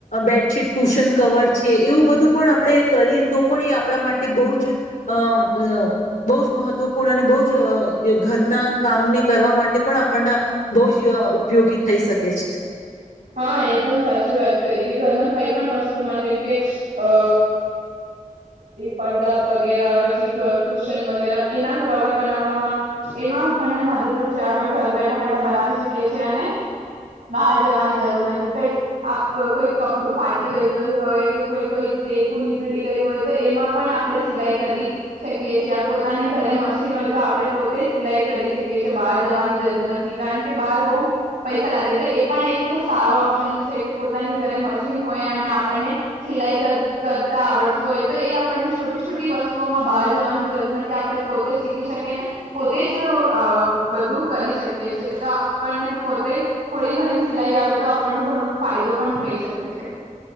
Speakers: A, on the left; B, on the right.
A: બેડશીટ કુશન કવર છે, એવું બધું પણ આપણે કરીએ તો પણ એ આપણા માટે બઉ જ અ અ બઉ જ મહત્વપૂર્ણ અને બઉ જ ઘરના કામને કરવા માટે પણ આપણના બઉ જ ઉપયોગી થઈ શકે છે.
B: હા એકદમ સાચી વાત કરી કે ઘરના કઈ પણ વસ્તુમાં જેમ કે અ પડદા વગેરા પછી કુશન વગેરા એના કવર બનાવવામાં એમાં ઘણા મદદરૂપ છે આપણે ઘર બેઠા બેઠા બનાવી શકીએ છીએ અને બહાર જવાની જરૂર નથી કઈક આપ કોઈ કપડું ફાટી ગયેલું હોય કે કોઈ કોઈ ટેકું નીકળી ગયું હોય તો એમાં પણ આપણે સિલાઈ કરી શકીએ છીએ પોતાને ઘરે મશીન હોય તો આપણે પોતે જ સિલાઈ કરી શકીએ છેએ બહાર જવાની જરૂર નથી કારણ કે બહાર બહુ પૈસા લાગે તો એ પણ એક સારો ઓપ્શન છે કે પોતાની ઘરે મશીન હોય અને આપણને સિલાઈ કરતા આવડતું હોય તો એ આપણને છોટી છોટી વસ્તુઓમાં બહાર જવાની જરૂર નથી આપણે પોતે શીખી શકીએ અને પોતે જ બધું કરી શકીએ છી તો આપણને પોતે થોડી ઘણી સિલાઈ આવે તો આપણને ઘણો ફાયદો પણ થઈ શકે છે.